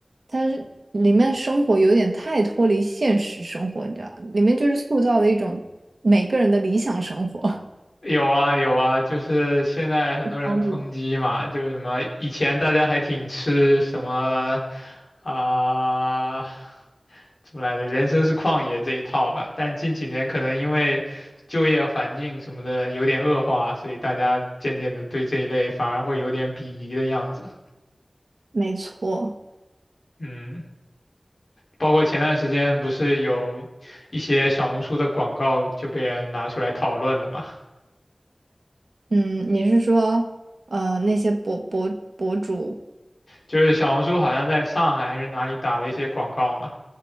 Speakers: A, on the right; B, on the left.
A: 它是里面生活有点太脱离现实生活，你知道，里面就是塑造的一种每个人的理想生活。<laughs>
B: 有啊有啊，就是现在很多人抨击嘛，
A: 焦虑
B: 就是什么以前大家还挺吃什么啊、怎么来着，人生是旷野这一套吧，但近几年可能因为就业环境什么的有点恶化，所以大家渐渐的对这一类反而会有点鄙夷的样子。
A: 没错，
B: 嗯，包括前段时间不是有一些小红书的广告就被人拿出来讨论的嘛，
A: 嗯，你是说呃那些博博博主？
B: 就是小红书好像在上海还是哪里打了一些广告嘛。